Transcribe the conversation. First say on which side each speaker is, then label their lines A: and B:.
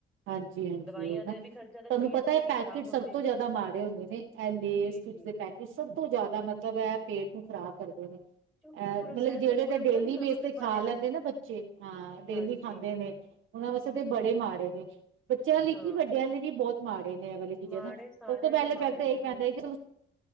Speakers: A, on the right; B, in the centre.
A: ਹਾਂਜੀ ਹਾਂਜੀ
B: ਦਵਾਈਆਂ ਤੇ
A: ਨਾ ਤੁਹਾਨੂੰ
B: ਵੀ ਖਰਚਾ ਤਾਂ ਸਿਹਤ
A: ਪਤਾ
B: ਜਿਹੜੀ
A: ਹੈ ਪੈਕੇਟ
B: ਖ਼ਰਾਬ
A: ਸਭ
B: ਹੁੰਦੀ
A: ਤੋਂ ਜ਼ਿਆਦਾ ਮਾੜੇ ਹੁੰਦੇ ਨੇ ਐ ਲੈਸ
B: ਜੀ
A: ਚਿਪਸ
B: ਜੀ
A: ਦੇ ਪੈਕੇਟ ਸਭ ਤੋਂ ਜ਼ਿਆਦਾ ਮਤਲ ਤੇ ਇਹ ਪੇਟ ਨੂੰ ਖਰਾਬ ਕਰਦੇ ਨੇ
B: ਕਿਉਂਕਿ
A: ਅ
B: ਇਹ ਪ੍ਰੋਸੈਸਡ
A: ਮਤਲਬ ਜਿਹੜੇ
B: ਫੂਡ ਹੈ
A: ਡੇਲੀ
B: ਪਤਾ ਨੀ ਕਦੋਂ
A: ਬੇਸ
B: ਦੇ
A: ਤੇ ਖਾ
B: ਬਣੇ
A: ਲੈਂਦੇ
B: ਹੋਏ।
A: ਨਾ ਬੱਚੇ ਹਾਂ ਡੇਲੀ
B: ਹਾਂਜੀ
A: ਖਾਂਦੇ ਨੇ ਉਹਨਾਂ ਵਾਸਤੇ ਤੇ ਬੜੇ ਮਾੜੇ ਨੇ ਬੱਚਿਆਂ ਲਈ
B: ਹਾਂ
A: ਕੀ ਵੱਡਿਆਂ ਲਈ ਵੀ ਬਹੁਤ ਮਾਰ ਇਹ ਵਾਲੀ ਚੀਜ਼ਾਂ
B: ਮਾੜੇ
A: ਨਾ ਸਭ
B: ਸਾਰਿਆਂ
A: ਤੋਂ ਪਹਿਲੇ
B: ਲਈ ਮਾੜੇ
A: ਫੇਰ ਤਾਂ
B: ਨੇ
A: ਇਹੀ
B: ਕੋਈ
A: ਪੈਂਦਾ ਸੀ